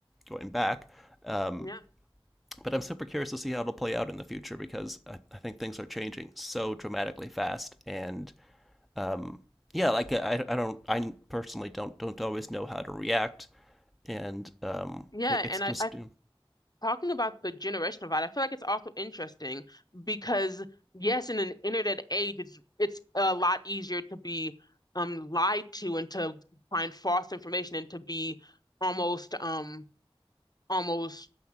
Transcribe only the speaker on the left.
yeah,
yeah.
And
I, I talking about the generational divide, I feel like it's also interesting because yes, in an internet age, it's it's a lot easier to be um lied to and to find false information and to be almost um almost